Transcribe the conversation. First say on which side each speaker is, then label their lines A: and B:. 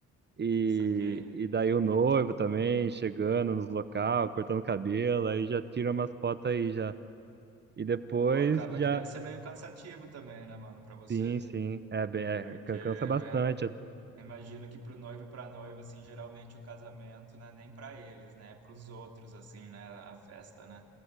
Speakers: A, on the right; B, on the right.
A: e,
B: Saquei.
A: e daí o noivo também chegando nos local, cortando cabelo, aí já tira umas fotos aí já. E depois
B: Pô, acaba
A: já
B: que deve ser meio cansativo também, né, mano, pra você.
A: Sim, sim. É bem, é,
B: Porque
A: can-
B: é,
A: cansa bastante.
B: imagino que pro noivo e pra noiva, assim, geralmente o casamento não é nem pra eles, né? É pros outros, assim, né? A festa, né?